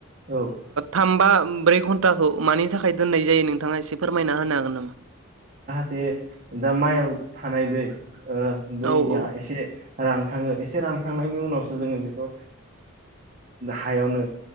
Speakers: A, on the right; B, on the right.
A: औ
B: थाम बा ब्रै घन्टाखौ मानि थाखाय दोननाय जायो नोंथाङा एसे फोरमायना होनो हागोन नामा
A: दा माइआव थानाय दै दैया
B: औ औ
A: एसे रानखाङो एसे रानखांनायनि उनावसो जोङो बेखौ हायावनो